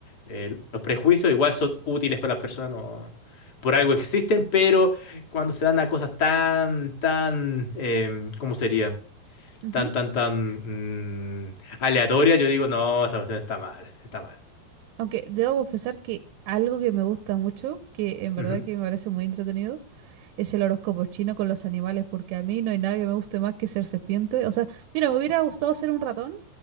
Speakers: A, on the left (about 35°); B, on the right (about 80°).
A: Eh, los prejuicios igual son útiles para las personas, no- por algo existen, pero cuando se dan a cosas tan, tan, em, ¿cómo sería?
B: Ujú.
A: Tan, tan, tan mm, aleatorias, yo digo, no, esta cuestión está mal, está mal.
B: Aunque debo confesar que algo que me gusta mucho, que en verdad
A: Ujú,
B: que me parece muy entretenido, es el horóscopo chino con los animales, porque a mí no hay nada que me guste más que ser serpiente. O sea, mira, me hubiera gustado ser un ratón,